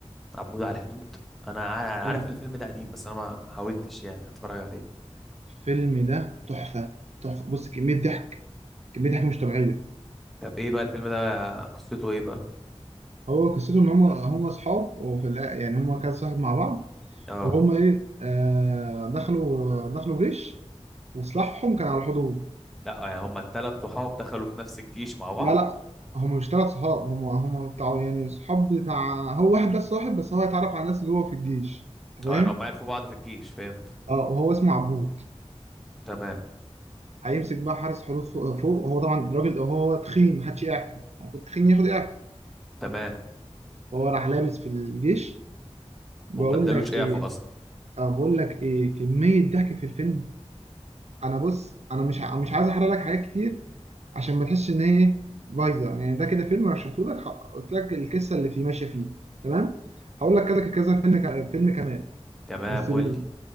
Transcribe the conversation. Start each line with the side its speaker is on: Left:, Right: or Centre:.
Centre: عبود على الحدود انا ع-
Right: فيلم-
Centre: عارف ان الفيلم ده قديم بس انا ما حاولتش يعني اتفرج عليه
Right: الفيلم ده تحفه تحفه بص كميه ضحك كميه ضحك مش طبيعيه
Centre: طب ايه بقى الفيلم ده قصته ايه بقى
Right: هو قصته ان هم هم اصحاب وفي الآ- يعني هم كذا صاحب مع بعض
Centre: اه
Right: وهم ايه آه دخلوا دخلوا جيش وسلاحهم كان على الحدود
Centre: لا يعني هما التلات صحاب دخلوا في نفس الجيش مع بعض
Right: لا لا هم مش ثلاث صحاب هم هم بتاع يعني صحاب بتاع هو واحد بس صاحب بس هو هيتعرف على ناس جوه في الجيش انت
Centre: اه
Right: فاهم
Centre: يعني هما عرفوا بعض في الجيش فهمت
Right: اه وهو اسمه عبود
Centre: تمام
Right: هيمسك بقى حارس حدود فوق, فوق. هو طبعا راجل هو تخين محدش يعرف المفروض تخين ياخد اعفاء
Centre: تمام
Right: هو راح لابس في الجيش بقول
Centre: وما ادالوش
Right: لك ايه
Centre: اعفاء اصلا
Right: آه بقول لك ايه كمية ضحك في الفيلم انا بص انا مش ع- مش عايز احرق لك حاجات كتير عشان ما تحسش ان هي إيه؟ بايظه يعني ده كده فيلم رشحته لك قلت لك القصه اللي فيه ماشيه فيه تمام هقول لك كذا كذا فيلم ك- فيلم كمان
Centre: تمام
Right: بس
Centre: قول
Right: بي-
Centre: لي